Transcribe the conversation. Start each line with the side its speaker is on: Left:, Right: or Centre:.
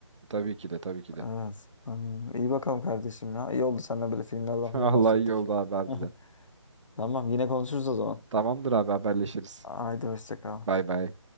Right: Tabii ki de tabii ki de.
Left: Evet. Hmm, iyi bakalım kardeşim ya. İyi oldu seninle böyle filmlerden
Right: <laughs> Allah
Left: falan bahsettik.
Right: iyi oldu abi harbiden.
Left: <laughs> Tamam yine konuşuruz o zaman.
Right: Tamamdır abi haberleşiriz.
Left: Haydi hoşça kal.
Right: Bay bay.